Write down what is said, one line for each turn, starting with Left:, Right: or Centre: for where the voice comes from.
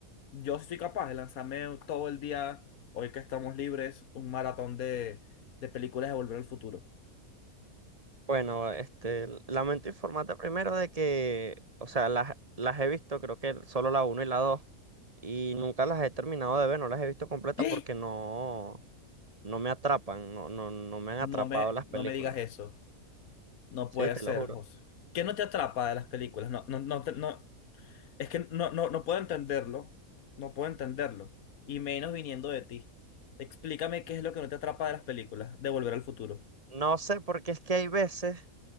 Left: yo sí soy capaz de lanzarme todo el día, hoy que estamos libres, un maratón de, de películas de Volver al Futuro.
Right: Bueno, este, l- lamento informarte primero de que, o sea, las, las he visto, creo que solo la uno y la 2 y nunca las he terminado de ver, no las he visto completas
Left: ¿Qué?
Right: porque no, no me atrapan, no, no, no me han
Left: No
Right: atrapado
Left: me,
Right: las películas.
Left: no me digas eso. No
Right: Sí,
Left: puede
Right: te
Left: ser,
Right: lo juro.
Left: José. ¿Qué no te atrapa de las películas? No, no, no, te- no. Es que no, no, no puedo entenderlo. No puedo entenderlo. Y menos viniendo de ti. Explícame qué es lo que no te atrapa de las películas de Volver al Futuro.
Right: No sé, porque es que hay veces